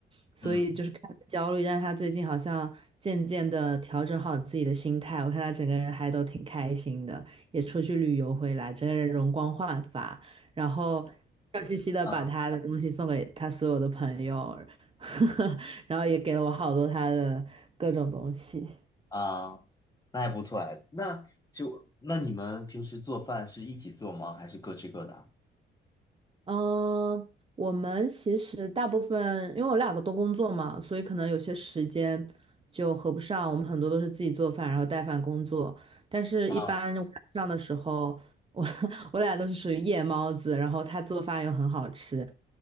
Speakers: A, on the right; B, on the left.
A: 所以就是看他焦虑。
B: 嗯
A: 但是他最近好像渐渐的调整好自己的心态，我看他整个人还都挺开心的，也出去旅游回来，整个人容光焕发。然后笑嘻嘻的把他的东西送给他所有的朋友，
B: 啊
A: <laughs> 然后也给了我好多他的各种东西。
B: 啊，那还不错哎。那就那你们平时做饭是一起做吗？还是各吃各的啊？
A: 嗯，我们其实大部分，因为我两个都工作嘛，所以可能有些时间就合不上。我们很多都是自己做饭，然后带饭工作。但是，
B: 啊
A: 一般晚上的时候，我 <laughs> 我俩都是属于夜猫子，然后他做饭又很好吃，